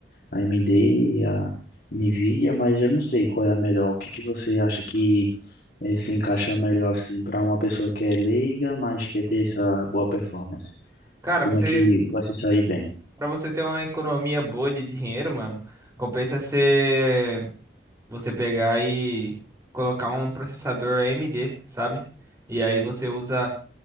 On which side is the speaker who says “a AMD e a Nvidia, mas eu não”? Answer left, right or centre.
Left